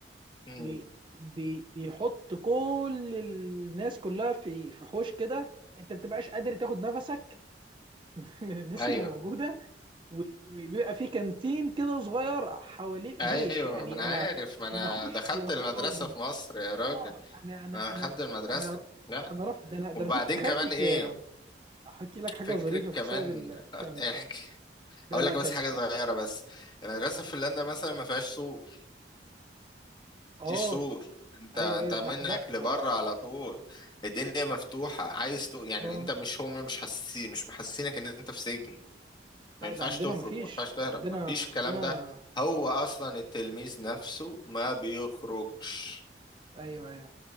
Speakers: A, on the left; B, on the right.
A: مم.
B: وبيحط كل الناس كلها في في حوش كده انت ما بتبقاش قادر تاخد نفسك <laughs> من الناس
A: ايوه
B: اللي موجوده و- وبيبقى في كانتين كده صغير حواليه
A: ايوه
B: جيش يعني
A: ما انا
B: انا
A: عارف ما انا
B: انا اخش
A: دخلت
B: يا خرابي
A: المدرسة في مصر يا راجل
B: اه انا انا
A: ما انا
B: انا
A: دخلت المدرسة
B: انا
A: لا
B: انا رافض ده انا ده
A: وبعدين
B: انا كنت تخيل
A: كمان
B: كنت
A: ايه
B: احكي لك حاجه
A: فكرة
B: ظريفه بسبب
A: كمان
B: ال...
A: آه،
B: كمل كمل
A: احكي
B: لا
A: هقول
B: لا
A: لك
B: كمل
A: بس حاجة
B: كمل
A: صغيرة بس المدرسة في فنلندا مثلا ما فيهاش سور
B: اه
A: مفيش سور انت
B: ايوه
A: انت
B: ايوه
A: منك
B: ده إحنا- لا
A: لبره
B: ده
A: على طول الدنيا مفتوحة عايز تو... يعني
B: اه
A: انت مش هم مش حاسين مش محسينك ان انت في سجن ما
B: لا
A: ينفعش
B: ده عندنا
A: تخرج
B: مفيش
A: ما ينفعش تهرب
B: عندنا
A: ما فيش
B: عندنا
A: الكلام ده هو
B: لا لا.
A: اصلا التلميذ نفسه ما بيخرجش
B: ايوه ايوه